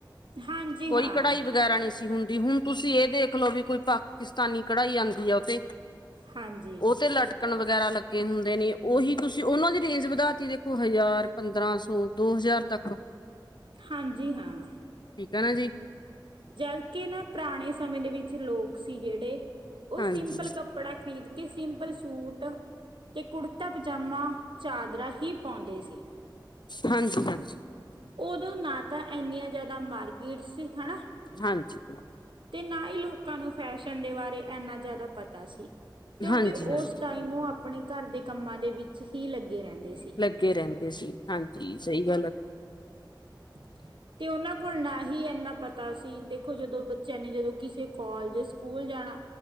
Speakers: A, on the right; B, on the left.
A: ਹਾਂਜੀ
B: ਕੋਈ
A: ਹਾਂ,
B: ਕਢਾਈ ਵਗੈਰਾ ਨਹੀਂ ਸੀ ਹੁੰਦੀ। ਵੀ ਹੁਣ ਤੁਸੀਂ ਇਹ ਦੇਖ ਲੋ ਵੀ ਕੋਈ ਪਾਕਿਸਤਾਨੀ ਕਢਾਈ ਆਉਂਦੀ ਆ ਉਹ ਤੇ।
A: ਹਾਂਜੀ।
B: ਉਹ ਤੇ ਲਟਕਣ ਵਗੈਰਾ ਲੱਗੇ ਹੁੰਦੇ ਨੇ। ਉਹੀ ਤੁਸੀਂ ਉਹਨਾਂ ਦੀ ਰੇਂਜ ਵਧਾਤੀ ਦੇਖੋ ਹਜ਼ਾਰ ਪੰਦਰਾਂ ਸੌ ਦੋ ਹਜ਼ਾਰ ਤੱਕ।
A: ਹਾਂਜੀ, ਹਾਂ
B: ਠੀਕ ਹੈ ਨਾ ਜੀ
A: ਜਦ ਕੀ ਨਾ ਪੁਰਾਣੇ ਸਮੇਂ ਦੇ ਵਿੱਚ ਲੋਕ ਸੀ, ਜਿਹੜੇ ਉਹ
B: ਹਾਂਜੀ
A: ਸਿੰਪਲ ਕੱਪੜਾ ਖਰੀਦ ਕੇ ਸਿੰਪਲ ਸੂਟ ਤੇ ਕੁੜਤਾ ਪਜਾਮਾ, ਚਾਦਰਾ ਹੀ ਪਾਉਂਦੇ ਸੀ।
B: ਹਾਂਜੀ-ਹਾਂਜੀ।
A: ਉਦੋਂ ਨਾ ਤਾਂ ਇੰਨੀਆਂ ਜਿਆਦਾ ਮਾਰਗੀਟ ਸੀ ਹਨਾ।
B: ਹਾਂਜੀ।
A: ਤੇ ਨਾ ਹੀ ਲੋਕਾਂ ਨੂੰ ਫੈਸ਼ਨ ਦੇ ਬਾਰੇ ਇਨਾ ਜ਼ਿਆਦਾ ਪਤਾ ਸੀ। ਕਿਉਂਕਿ
B: ਹਾਂਜੀ
A: ਉਸ
B: ਹਾਂਜੀ
A: ਟਾਈਮ ਉਹ ਆਪਣੇ ਘਰ ਦੇ ਕੰਮਾਂ ਦੇ ਵਿੱਚ ਹੀ ਲੱਗੇ ਰਹਿੰਦੇ ਸੀ।
B: ਲੱਗੇ ਰਹਿੰਦੇ ਸੀ, ਹਾਂਜੀ ਸਈ ਗੱਲ।
A: <unintelligible> ਤੇ ਉਹਨਾਂ ਕੋਲ ਨਾ ਹੀ ਇੰਨਾ ਪਤਾ ਸੀ, ਦੇਖੋ ਜਦੋਂ ਬੱਚਿਆਂ ਨੇ ਜਦੋਂ ਕਿਸੇ ਕੋਲਜ ਸਕੂਲ ਜਾਣਾ